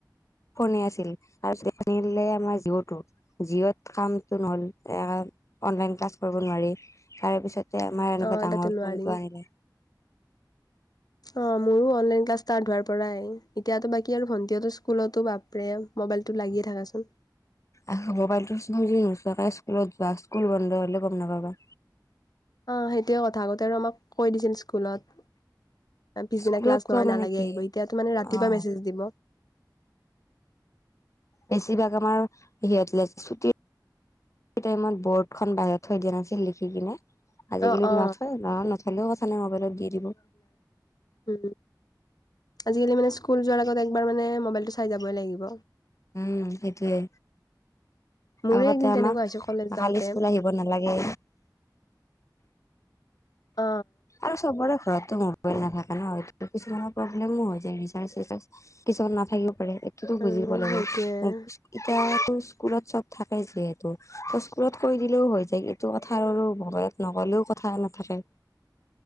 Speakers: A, on the left (about 45°); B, on the left (about 60°).
A: ফোনে আছিল তাৰপিছ চলিলে আমাৰ জিঅ'টো। যিঅত কামটো নহল অনলাইন ক্লাছ কৰিব নোৱাৰি তাৰ পিছত। আমাৰ এনেকুৱা
B: অ
A: ডাঙৰ
B: তাতে নোৱাৰি
A: ফোনটো আনিলে।
B: অ মোৰো অনলাইন ক্লাছ ষ্টাৰ্ট হোৱাৰ পৰাই এতিয়াতো বাকী আৰু ভণ্টিয়তো স্কুলতো ভাপৰে মোবাইলটো লাগি থা থাকা চোন।
A: আহ মোবাইলটোৰ চুমিজি নোচাকাই স্কুলত যোৱা স্কুল বন্ধ হলে গম নাপাবা।
B: আহ সেইটোয়ে কথা আগতে আৰু আমাক কৈ দিছিল স্কুলত। পিছদিনা
A: স্কুলত
B: ক্লাছ নহয়
A: কোৱা মানে
B: নালাগে
A: কি
B: আহিব এতিয়া মানে ৰাতিপুৱা
A: অ
B: মেছেজ দিব।
A: বেছিভাগ আমাৰ সিহঁত ল ছুটিৰ। সেই টাইমত বৰ্ডখন বাহিৰত থৈ দিয়া নাছিল লিখি কিনে। আজিকালি
B: অ অ
A: নথোৱা ন নথলেও সথা নে মোবাইলত দি দিব।
B: উ আজিকালি মানে স্কুল যোৱাৰ আগত একবাৰ মানে মোবাইলটো চাই যাবই লাগিব।
A: উম সেইটোৱে।
B: মোৰে
A: আগতে
B: একদিন
A: আমাক
B: তেনেকুৱা হৈছে কলেজ যাওঁতে
A: কালি স্কুল আহিব নালাগে।
B: অ
A: আৰু চবৰে ঘৰত। মোবাইল নাথাকে ন হয় কিছুমানৰ প্ৰব্লেমো হৈ যায় ৰিচাৰ্জ চিচাৰ্জ কিছুমান নাথাকিব। পাৰে এইটোতো
B: উম
A: বুজিব লাগে
B: সেইটোয়ে
A: এতিয়া। স্কুলত চব থাকে যিহেতু ত স্কুলত কৈ দিলেও হৈ যায় এইটো কথা আৰু ভয়ত নকল লও কথা নাথাকে।